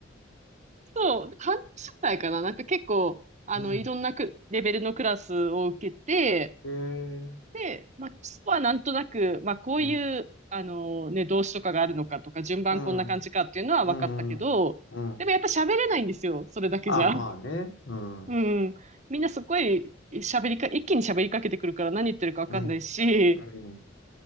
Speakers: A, on the right (about 40°); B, on the left (about 70°).
A: そう、半年くらいかな、なんか結構、あの、
B: うん。
A: いろんなくレベルのクラスを受けて、
B: へえ。
A: で、まあ、基礎はなんとなく、まあ、こういう、
B: うん。
A: あの、ね、動詞とかがあるのかとか、順番こんな感じかっていうのは分かったけど、
B: うん。うん。うん。
A: でもやっぱ喋れないんですよ、それだけじゃ。
B: あ、まあね。うん。う
A: うん。みんなすごい喋りか、一気に喋りかけてくるから何言ってるかわかんないし、
B: ん。うん。